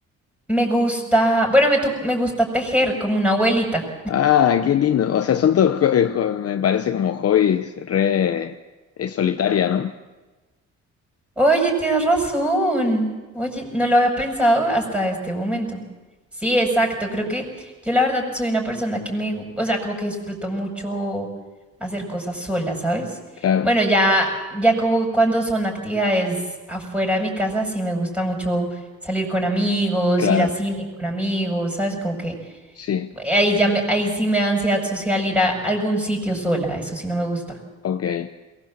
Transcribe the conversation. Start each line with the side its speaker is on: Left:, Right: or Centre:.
Centre: Me gusta, bueno, me, tu- me gusta tejer como una abuelita.
Left: Ah, qué lindo. O sea, son todos, jo- eh, jo- me parece como hobbies re eh, solitaria, ¿no?
Centre: Oye, tienes razón. Oye, no lo había pensado hasta este momento. Sí, exacto. Creo que yo la verdad soy una persona que me, gu- o sea, como que disfruto mucho hacer cosas sola, ¿sabes?
Left: Claro,
Centre: Bueno, ya, ya como cuando son actividades afuera de mi casa, sí me gusta mucho salir con amigos,
Left: claro.
Centre: ir a cine con amigos, ¿sabes? Como que
Left: Sí,
Centre: eh, ahí ya me, ahí sí me da ansiedad social ir a algún sitio sola. Eso sí no me gusta.
Left: ok.